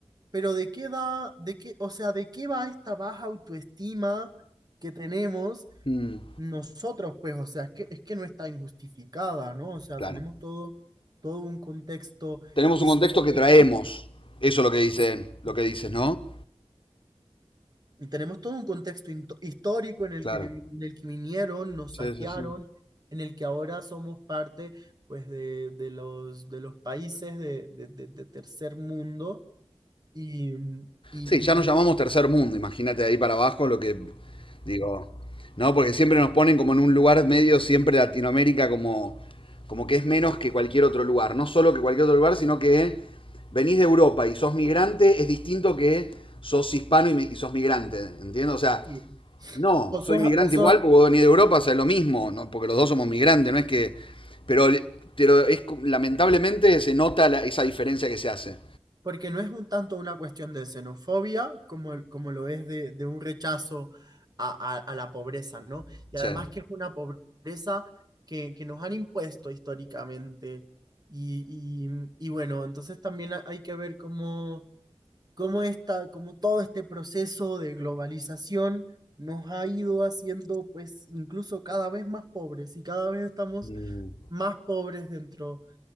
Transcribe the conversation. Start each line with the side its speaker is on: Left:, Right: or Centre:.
Right: pero de qué da, de qué, o sea, de qué va esta baja autoestima que tenemos
Left: Mm,
Right: nosotros, pues, o sea, es que, es que no está injustificada, ¿no? O sea,
Left: claro.
Right: tenemos todo, todo un contexto
Left: Tenemos
Right: histórico.
Left: un contexto que traemos. Eso es lo que dicen, lo que dices, ¿no?
Right: Y tenemos todo un contexto hinto- histórico en el
Left: Claro.
Right: que, ni- en el que vinieron, nos
Left: Sí,
Right: saquearon,
Left: sí, sí.
Right: en el que ahora somos parte pues, de, de los, de los países de, de- de- de tercer mundo. Y, y, y-
Left: Sí, ya nos llamamos tercer mundo, imagínate de ahí para abajo lo que digo, no, porque siempre nos ponen como en un lugar medio, siempre Latinoamérica como, como que es menos que cualquier otro lugar, no solo que cualquier otro lugar, sino que venís de Europa y sos migrante es distinto que sos hispano y, mi- y sos migrante, ¿entiendes? O sea,
Right: y
Left: no,
Right: osos,
Left: soy migrante igual porque vos venís de Europa, o sea, es lo mismo, ¿no? porque los dos somos migrantes, no es que, pero, pero es, co- lamentablemente se nota la- esa diferencia que se hace.
Right: Porque no es un tanto una cuestión de xenofobia como, el- como lo es de, de un rechazo a, a- a la pobreza, ¿no?
Left: O
Right: Y además
Left: sea,
Right: que es una pobreza que, que nos han impuesto históricamente. Y, y- y bueno, entonces también ha- hay que ver cómo, cómo, esta, cómo todo este proceso de globalización nos ha ido haciendo pues incluso cada vez más pobres y cada vez estamos
Left: mm,
Right: más pobres dentro